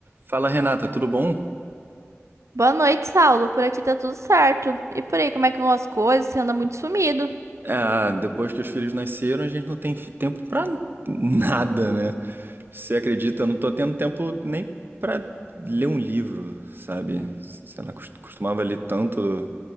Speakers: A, on the right; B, on the right.
A: Fala Renata, tudo bom?
B: Boa noite, Saulo. Por aqui tá tudo certo. E por aí, como é que vão as coisas? Você anda muito sumido.
A: Ah, depois que os filhos nasceram, a gente não tem fi- tempo pra nada, né? Você acredita? Eu não tô tendo tempo nem pra ler um livro, sabe? Sei lá, cos- costumava ler tanto,